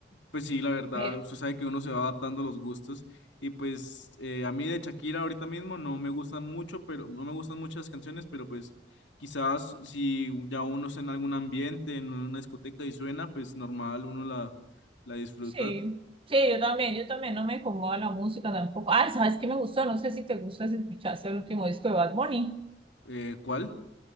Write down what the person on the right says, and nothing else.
Pero
Sí, sí, yo también, yo también no me incomoda la música tampoco. Ah, ¿sabes qué me gustó? No sé si te gusta, si escuchaste el último disco de Bad Bunny,